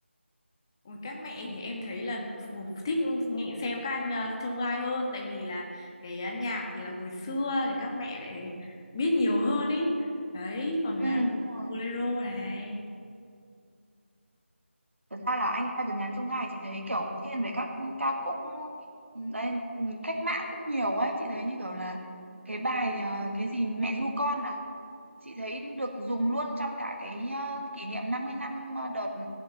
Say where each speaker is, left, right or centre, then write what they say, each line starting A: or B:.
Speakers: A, on the left; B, on the right.
A: Ôi, các mẹ thì em thấy là phù- thích nghe xem các anh à, trông gai hơn tại vì là cái à, nhạc thì là hồi xưa thì các mẹ lại biết nhiều hơn ý đấy còn
B: Ừ,
A: là
B: đúng rồi.
A: bolero này
B: thật ra là anh trai vượt ngàn chông gai chị thấy kiểu thiên về các ca khúc đây cách mạng cũng nhiều ấy chị thấy như kiểu là cái bài ờ, cái gì mẹ ru con à chị thấy được dùng luôn trong cả cái ờ, kỷ niệm 50 năm ờ, đợt ừ,